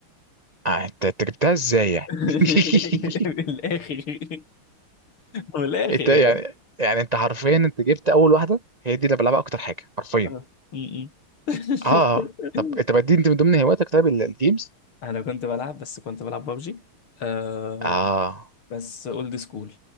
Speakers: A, on the right; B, on the left.
A: آه، انت أنت جبتها ازاي يعني
B: <laughs>
A: <laughs>
B: من الاخر من الاخر
A: انت يعني
B: يعني
A: يعني انت حرفيا انت جبت اول واحده هي دي اللي بلعبها اكتر حاجه حرفيا
B: آه. م- م.
A: اه
B: <laughs>
A: آه. طب انت بدي انت من ضمن هواياتك طيب ال- الجيمز
B: انا كنت بلعب بس كنت بلعب ببجي آه
A: اه
B: بس اولد سكول